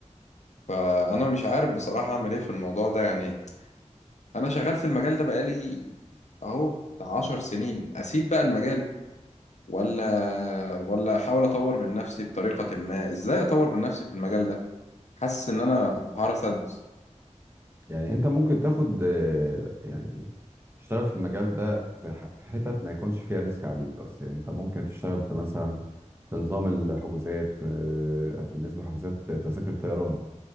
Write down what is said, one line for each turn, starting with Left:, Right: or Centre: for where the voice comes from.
Left: فأنا مش عارف بصراحة أعمل إيه في الموضوع ده يعني أنا شغال في المجال ده بقالي أهو بتاع 10 سنين أسيب بقى المجال ولا ولا احاول اطور من نفسي بطريقة ما ازاي اطور من نفسي في المجال ده حاسس ان انا في حارة سد
Right: يعني انت ممكن تاخد آه يعني تشتغل في المجال ده في ح- في حتت ما يكونش فيها ريسك عليك بس يعني انت ممكن تشتغل في مثلا في نظام الحجوزات في بالنسبة لحجوزات تذاكر الطيران